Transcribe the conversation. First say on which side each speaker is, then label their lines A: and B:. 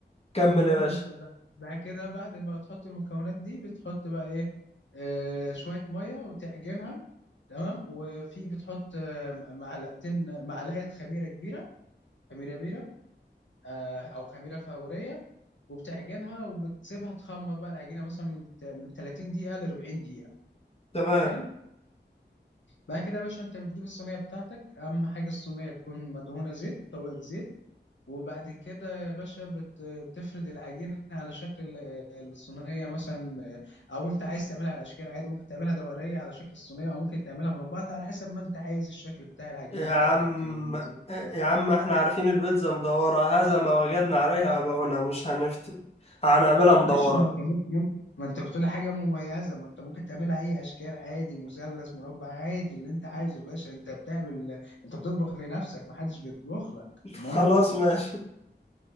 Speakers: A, on the left; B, on the left.
A: كمل
B: المهم
A: يا باشا
B: انت بقى- بعد كده بعد ما تحط المكونات دي بتحط بقى ايه آه شوية مية وتعجنها تمام وفي بتحط آه، م- معلقتين معلقة خميرة كبيرة خميرة بيرة آه أو خميرة فورية وبتعجنها وبتسيبها تخمر بقى العجينة مثلا من ت- من 30 دقيقة ل 40 دقيقة
A: تمام
B: حلو بعد كده يا باشا انت بتجيب الصينية بتاعتك أهم حاجة الصينية تكون مدهونة زيت طبقة زيت وبعد كده يا باشا بت- بتفرد العجينة على شكل ال- الصينية مثلا أو أنت عايز تعملها على أشكال عادي ممكن تعملها دورية على شكل الصينية أو ممكن تعملها مربعة على حسب ما أنت عايز الشكل بتاع العجينة
A: يا
B: بتاعتك
A: عم
B: البيتزا
A: يا عم احنا عارفين البيتزا مدورة هذا ما وجدنا عليها آباؤنا مش هنفتي هنعملها مدورة
B: ماشي ما أنت ممكن ما أنت بتقول حاجة مميزة ما أنت ممكن تعملها أي أشكال عادي مثلث مربع عادي اللي أنت عايزه يا باشا أنت بتعمل أنت بتطبخ لنفسك ما حدش بيطبخ لك
A: <laughs> خلاص
B: أمال
A: ماشي